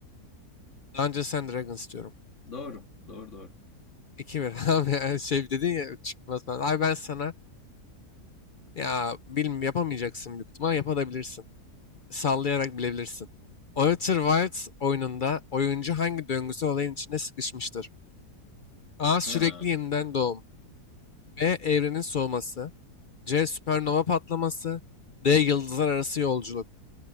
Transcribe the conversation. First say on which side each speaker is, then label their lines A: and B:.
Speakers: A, on the left; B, on the left.
A: Dungeons and Dragons diyorum.
B: Doğru, doğru, doğru.
A: 2 bir. <laughs> Abi yani şey dedin ya çıkmaz falan. Abi ben sana ya bilmiyorum yapamayacaksın büyük ihtimal. Yapabilirsin. Sallayarak bilebilirsin. Outer Wilds oyununda oyuncu hangi döngüsel olayın içinde sıkışmıştır? A. Sürekli
B: Ha,
A: yeniden doğum. B. Evrenin soğuması. C. Süpernova patlaması. D. Yıldızlar arası yolculuk.